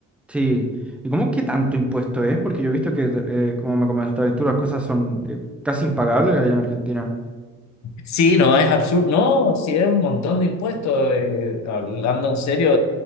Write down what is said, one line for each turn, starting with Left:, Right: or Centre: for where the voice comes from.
Centre: Sí. ¿Y cómo que tanto impuesto es? Porque yo he visto que, eh, como me comentaste tú, las cosas son eh, casi impagables allá en Argentina.
Left: Sí, no, es absurdo. No, sí, es un montón de impuestos. eh, hablando en serio,